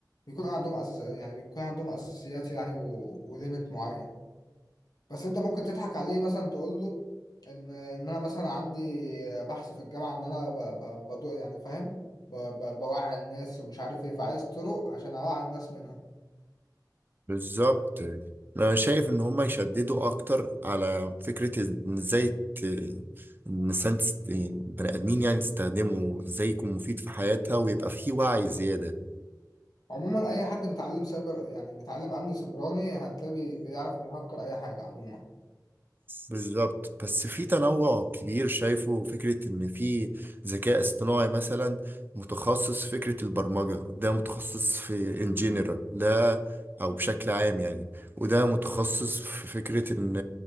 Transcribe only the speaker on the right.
بالظبط أنا شايف إن هما يشددوا أكتر على فكرة إن إزاي ت- إن الإنسان تست- يعني بني آدمين يعني تستخدمه إزاي يكون مفيد في حياتها ويبقى فيه وعي زيادة
بالظبط بس في تنوع كبير شايفه فكرة إن في ذكاء اصطناعي مثلا متخصص في فكرة البرمجة ده متخصص في in general ده أو بشكل عام يعني وده متخصص في فكرة إن